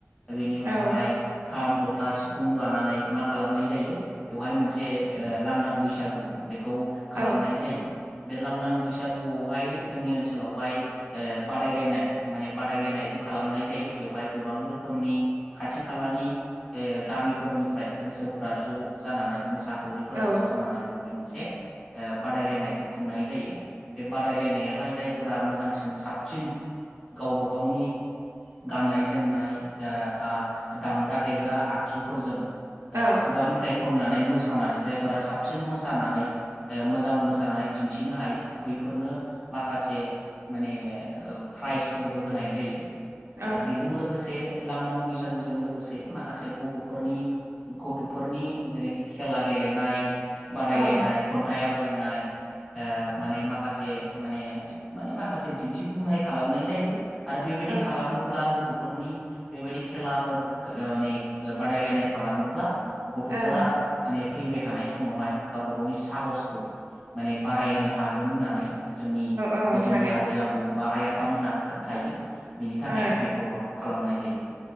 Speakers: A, in the centre; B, on the right.
A: बेनि उनावहाय
B: औ
A: खाम, जथा, सिफुं लानानै मा खालामनाय जायो बेवहाय मोनसे ओ लांदां बैसागु खौ खालामनाय
B: औ
A: जायो। बे लांदां बैसागुआवहाय जोंनि ओनसोलावहाय ओ बादायलायनाय माने बादायलायनायबो खालामनाय जायो। बेवहाय गोबां रोखोमनि खाथि खालानि ओ गामिफोरनिफ्राय ओनसोलफोरा ज' जानानै मोसा खावरिफोरा
B: अ औ
A: ज' जानानै बेवहाय मोन <unintelligible> ओ बादायलायनायबो खुंनाय जायो। बे बादाय लायनायावहाय जाय फोरा मोजांसिन साबसिन गावबा गावनि गाननाय जोमनाय ओ बा दामग्रा देग्रा आगजुफोरजों ओ
B: औ
A: खुगा मेथाइ खननानै मोसानानै जायफोरा साबसिन मोसानानै ओ मो जां मोसानानै दिन्थिनो हायो। बैफोरनो माखासे माने ओ प्राइजफोरबो होनाय जायो।
B: औ
A: आरो बेजों लोगोसे लांदां बैसागुजों लोगोसे माखासे गथ'फोरनि गथ'फोरनि जेरै-खेला गेलेनाय बादाय
B: औ
A: लायनाय खन्थाइ आव रायनाय ओ माने माखासे माने माने माखासे दिन्थिफुंनाय खालामनाय जायो। आरो बेबायदि
B: ओं
A: खालामोब्ला गथ' फोरनि बेबायदि खेलाफोर माने बादायलायनाय खालामोब्ला गथ'फोरा
B: औ
A: माने फैबाय थानाय समावहाय गावबा गावनि साहसखौ माने बारायनो हागोन होननानै जोंनि
B: औ
A: गोदोनि
B: हागोन
A: आबै आबौ बा आइ आफामोनहा खोन्थायो। बिनि थाखायनो
B: ओं
A: बे प्रग्रामखौ खालामनाय जायो।